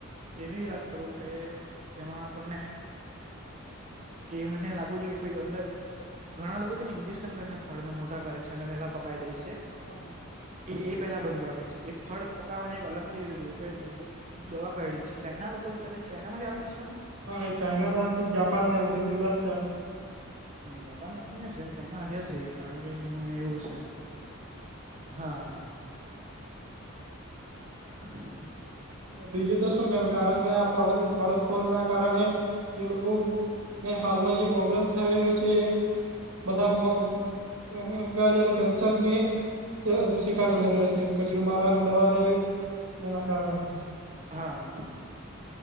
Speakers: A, on the right; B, on the right.
A: એવી વાત કરું કે તેમાં આપણને કે એમને લાગવ છે કે કોઈ અંદર ઘણા લોકો છે ને ઇન્જેક્શન કરીને ફળ ને મોટા કરે છે અને વેલા પકાવી દે છે.
B: હા.
A: એ એ પહેલા બંધ કરવા પડે છે એ ફળ પકાવવાને એક અલગ થી લોકો દવા કાઢી છે ચાાઈના લોકો છે ચાાઈનામાં જ આવેલી છે શું?
B: હા એ ચાઈના બસ જાપાન ને એ બસ.
A: જાપાન નથી જશે ચાાઈનામાં હશે કારણ કે એમાં એવું હશે. હા. હ <unintelligible>
B: બીજું તો શું કે કારણ કે આ ફળ ફળ ફળ ના કારણે જે લોકો મે હાલમાં જે પ્રોબ્લેમ્ થઈ રહ્યો છે બધા એમ ક કેન્સર ને શિકાર બની રહે્યા છે કચરોમાં. કરવાની દવા એના કારણે.
A: હા.